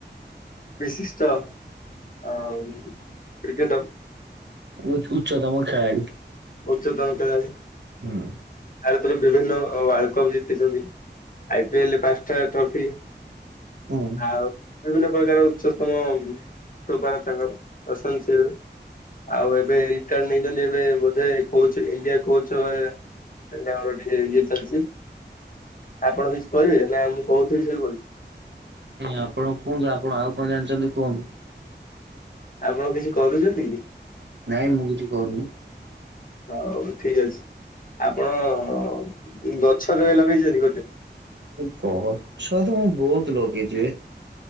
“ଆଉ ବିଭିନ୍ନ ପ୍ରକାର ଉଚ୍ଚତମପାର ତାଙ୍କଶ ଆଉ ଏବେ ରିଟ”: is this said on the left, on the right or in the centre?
Left